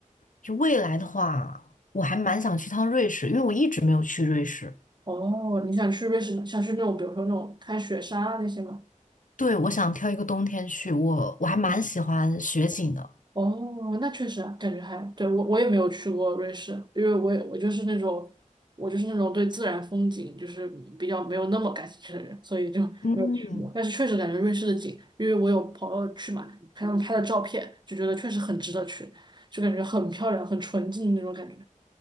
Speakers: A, on the left; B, on the right.
A: 就未来的话，我还蛮想去趟瑞士，因为我一直没有去瑞士。
B: 哦，你想去瑞士，想去那种比如说那种看雪山啊那些吗？
A: 对，我想挑一个冬天去，我我还蛮喜欢雪景的。
B: 哦，那确实啊，感觉还，对，我我也没有去过瑞士，因为我也我就是那种我就是那种对自然风景就是比较没有那么感兴趣的人，所以就没有去过。
A: 嗯，
B: 但是确实感觉瑞士的景，因为我有朋友去嘛，看他们拍的照片，就觉得确实很值得去，就感觉很漂亮、很纯净的那种感觉。